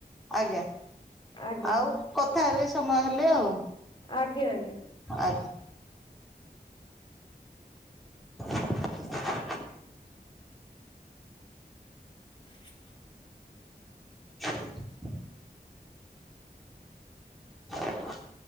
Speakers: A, in the centre; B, on the left (about 30°).
A: ଆଜ୍ଞା
B: ଆଜ୍ଞା
A: ଆଉ କଥା ହେବେ ସମୟ ହେଲେ ଆଉ।
B: ଆଜ୍ଞା, ଆଜ୍ଞା।
A: ଆଗ୍ <inaudible>
B: <inaudible>
A: <inaudible> <inaudible>